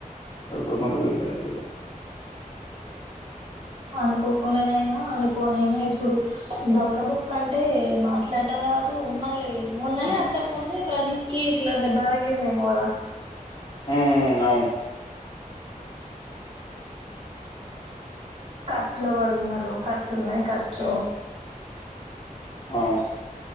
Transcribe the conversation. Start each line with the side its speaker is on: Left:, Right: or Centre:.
Left: అనుకోకుండా వీల్ దగిలిల్
Right: అనుకోకుండానైనా అనుకోనైనా ఇప్పుడు దౌడ బొక్క అంటే మాట్లాడడం రాద్ తో మళ్ళీ మోన్ననే అంతకు ముందే ప్రదీప్ కి ఇట్లా దెబ్బ తగిలిందేమో కదా
Left: హుమ్ అవును
Right: ఖర్చులో పడి ఉన్నారు ఖర్చుల్నే ఖర్చు
Left: అవును